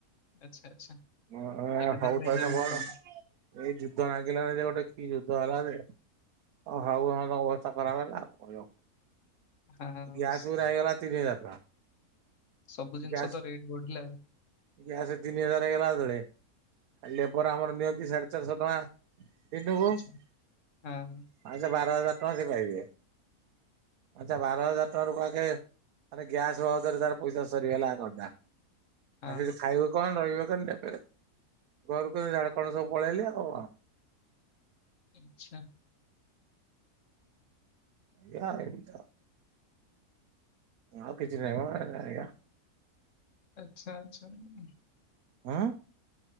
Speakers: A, on the left; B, on the right.
A: ଆଚ୍ଛା ଆଚ୍ଛା
B: ଆ
A: ଏବେ
B: ହଉ ତାହେଲେ
A: ଜବ୍
B: <unintelligible>
A: କରୁଛନ୍ତି
B: ଏଇ ଯୁଦ୍ଧ ନାଗିଲାନି ଯେ ଗୋଟେ କି ଯୁଦ୍ଧ ହେଲା ଯେ ଓ ହଉ ଆମ ଅବସ୍ଥା ଖରାପ ହେଲା ଆଉ କଣ।
A: ହଁ।
B: ଗ୍ୟାସ
A: ସ
B: ଗୁରା ହେଇଗଲା ତିନିହଜାର ଟଙ୍କା।
A: ସବୁ ଜିନିଷ
B: ଗ୍ୟାସ
A: ତ ରେଟ୍ ବଢିଲା ଆଉ
B: ଗ୍ୟାସ ତିନି ହଜାର ହେଇଗଲା ଯେତେବେଳେ ଆ ଲେବର ଆମର ନିଅନ୍ତି ସାଢେ ଚାରିଶହ ଟଙ୍କା ଦିନୁକୁ
A: ଆଚ୍ଛା
B: ପା
A: ହଁ ହଁ
B: ସେ ବାର ହଜାର ଟଙ୍କା ସେ ପାଇବେ। ଆଚ୍ଛା ବାର ହଜାର ଟଙ୍କା ରୁ ପାକେ ମାନେ ଗ୍ୟାସ ବାବଦରେ ତାର ପଇସ ସରିଗଲା। <unintelligible> ଆଉ ସେ
A: ହଁ।
B: ତ ଖାଇବ କଣ ରହିବେ କଣ ନେବେ ଘରକୁ ଝାଡଖଣ୍ଡ ସବୁ ପଳେଇଲେ ଆଉ।
A: ଆଚ୍ଛା।
B: ଏଇଆ ଏମିତି ଆଉ ଆଉ କିଛି ନାହିଁ ମ ହେଲା ଏଇଆ।
A: ଆଚ୍ଛା ଆଚ୍ଛା ଉଁ।
B: ହଁ?